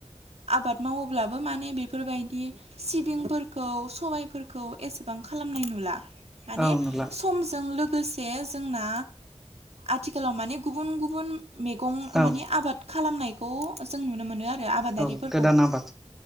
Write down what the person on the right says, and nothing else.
आबाद मावोब्लाबो माने बेफोरबायदि सिबिंफोरखौ सबायफोरखौ एसेबां खालाम नाय नुला माने
समजों लो गोसे जोंना आथिखालाव माने गुबुन गुबुन मैगं
माने आबाद खालामनायखौ जों नुनो मोनो आरो आबादारिफोर